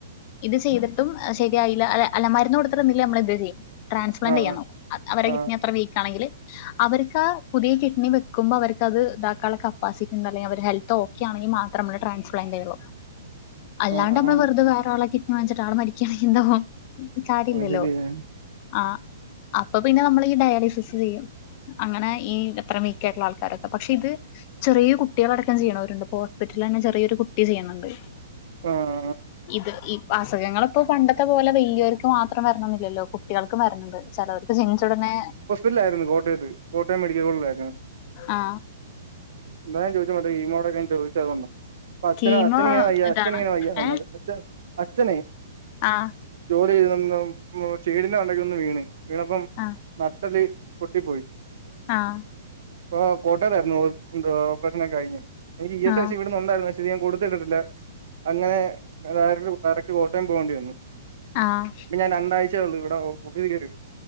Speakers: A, on the left (about 40°); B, on the right (about 60°).
A: ഇത് ചെയ്തിട്ടും ശരിയായില്ല അല്ല അല്ല മരുന്ന് കൊടുത്തിട്ടുന്നില്ലേ നമ്മൾ ഇത് ചെയ്യും ട്രാൻസ്ലാന്റ്
B: ആ
A: ചെയ്യാ അവരെ
B: ആ
A: അത്ര വീക്ക് ആണെങ്കില് അവർക്ക ആ പുതിയ കിഡ്‌ണി വെക്കുമ്പോ അവർക്ക് അത് ഇതാക്കാനുള്ള കപ്പാസിറ്റി ഇണ്ട അല്ലെങ്കിൽ അവര് ഹെൽ ത്തോക്കെയാണെങ്കിൽ മാത്രം അമ്മള് ട്രൻസ്പ്ലാന്റ്യയെള്ളൂ അല്ലാണ്ട്
B: ആ
A: അമ്മള്
B: ആ
A: വെർതെ വേറാളെ കിഡ്നി വാങ്ങിച്ച്ട്ട് ആൾ മരിക്കാണെങ്കി എന്താവോ കാര്യല്ലല്ലോ
B: അത് ശരിയാ
A: ആ അപ്പൊ പിന്നെ നമ്മള് ഈ ഡയാലിസിസ് ചെയ്യും. അങ്ങനെ ഈ എത്ര വീക്ക ആയിട്ടുള്ള ആൾക്കാരൊക്കെ പക്ഷെ ഇത് ചെറിയ കുട്ടികളടക്കം ചെയ്യണ അവരുണ്ട് ഇപ്പ ഹോസ്പിറ്റലിൽ തന്നെ ചെറിയൊരു കുട്ടി ചെയ്യണണ്ട്
B: ഉം
A: <inaudible> ഇത് ഈ അസുഖങ്ങള് ഇപ്പോ പണ്ടത്തെ പോലെ വല്യോർക്ക് മാത്രം വരണെന്നില്ലല്ലോ കുട്ടിയാൾക്കും വരണ് ണ്ട് ചെലോർക്ക് ജൻച്ച ഉടനെ
B: ഇല്ലായിരുന്നു കോട്ടയത്ത് കോട്ടയം മെഡിക്കൽ കോളില ആയിരുന്നു.
A: ആ
B: മേ ചോദിച്ചോ <unintelligible> അപ്പൊ അച്ഛന
A: കീമോ
B: അച്ഛനിങ്ങനെ വയ്യ
A: ഇതാണ്
B: അച്ഛനിങ്ങനെ വയ്യ
A: ഏ
B: അച്ഛ അച്ഛനെ
A: ആ
B: ജോലി ചെയ്ത വീടിന്റെ മണ്ടക്ക് ഒന്ന് വീണ് വീണപ്പം
A: ആ
B: നട്ടെല് പൊട്ടിപ്പോയി
A: ആഹ്
B: ആ കോട്ടയതായിരുന്നു എന്താ ഒപ്രശനൊക്കെ കഴിഞ് <unintelligible>
A: ആ
B: <unintelligible> വന്നായിരുന്നു ഞാൻ കൊടുത്തിട്ടില്ല അങ്ങനെ ഏതായാലും ഡയറക്ക്റ്റ് കോട്ടയം പോകേണ്ടി വന്നു
A: ആഹ്
B: ഇപ്പ ഞാൻ രണ്ടായ്ച ഒള്ളു ഇവിടെ പുതിയെ കേറിറ്റ്